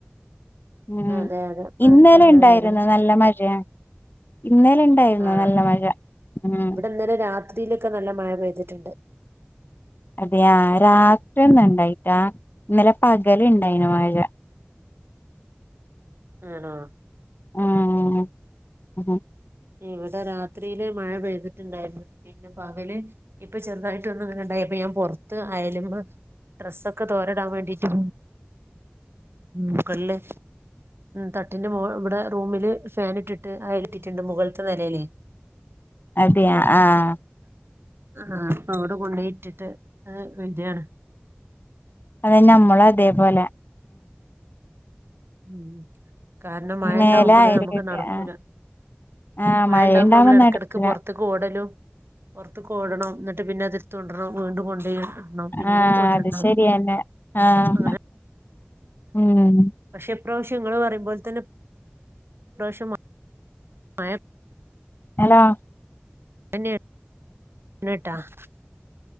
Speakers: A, on the left (about 55°); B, on the right (about 75°).
A: ഉം
B: അതെ അതെ മഴ
A: ഇന്നലെ
B: കുറവ്
A: ഇണ്ടായിരുന്നു.
B: തന്നെയാണ്
A: നല്ല മഴയാ. ഇന്നേല ഇണ്ടായിരുന്നു
B: ആ
A: നല്ല മഴ. ഉം
B: ഇവിടെ ഇന്നലെ രാത്രിയിലൊക്കെ നല്ല മഴ പെയ്തിട്ടുണ്ട്
A: അതെയാ രാ ഇണ്ടായിട്ടാ ഇന്നലെ പകല് ഇണ്ടായിന്. മഴ.
B: ആണോ
A: ആഹ്
B: ഇവിടെ രാത്രിയില് മഴ പെയ്തിട്ടുണ്ടായിരുന്നു പിന്നെ പകല് ഇപ്പൊ ചെറുതായിട്ട് ഒന്ന് ഇങ്ങനിണ്ടായപ്പ ഞാൻ പുറത്ത് അയേലും ഡ്രെസ്സൊക്കെ തോരാൻ ഇടാൻ വേണ്ടിട്ട് മുകളില് തട്ടിന്റെ ഇവിടെ റൂമില് ഫൻ ഇട്ടിട്ട് അയേൽ ഇട്ടി ണ്ട് മുകളിത്തെ നിലേല്
A: അതെയാ ആഹ്
B: ആഹ് അവിടെ കൊണ്ടുപോയി ഇട്ടിട്ട് വരുകയാണ്.
A: അത് തന്നെ നമ്മളും അതേപോലെ
B: ഉം കാരണം മഴ
A: മേലെ
B: ഉണ്ടാവുമ്പോൾ
A: അയല്
B: നമുക്ക്
A: കെട്ടി
B: നടക്കൂല
A: ആ ആ
B: മഴ
A: മഴയുണ്ടാവുമ്പോ
B: ഉണ്ടകുമ്പോ നമ്മൾ ഇടക്കിടക്ക്
A: നടക്കൂല
B: പുറത്തേക്ക് ഓടലും പൊടറത്ത്ക്ക് ഓടണം എന്നിട്ട് പിന്നെ അത് എടുത്തോണ്ടരണം വീണ്ടും കൊണ്ടോയി ഇടണം പിന്നെയും
A: ആഹ്
B: കൊണ്ടിടണം
A: അത് ശെരിയന്നേ ആഹ്
B: അങ്ങനെ
A: ഉം
B: പക്ഷെ ഇപ്രാവശ്യം ഇങ്ങള് പറയുമ്പോലെ തന്നെ ഇപ്രാശ്യം മയാ
A: ഹലോ
B: <unintelligible>